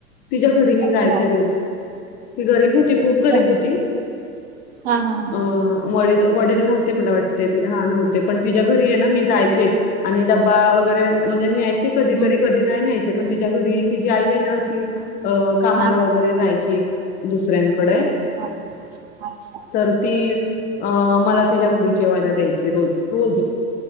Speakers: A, on the left (about 20°); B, on the right (about 45°).
A: तिच्या घरी मी
B: अच्छा
A: जायचे रोज ती गरीब हो ती खूप
B: तुझ्या
A: गरीब होती.
B: हा हा हा
A: अ वडील वडील नव्हते मला वाट <unintelligible> हां नव्हते पण तिच्या घरी आहे ना मी जायचे आणि डब्बा वगैरे म्हणजे न्यायचे कधीतरी
B: हम्म
A: कधी नाही न्यायचे. ते पण तिच्या घरी तिची आई आहे ना अशी अ कामाला
B: हा हा
A: वगैरे जायची. दुसऱ्यां कडे
B: हा अच्छा
A: तर ती अ मला तिच्या घरी जेवायला द्यायची रोज रोज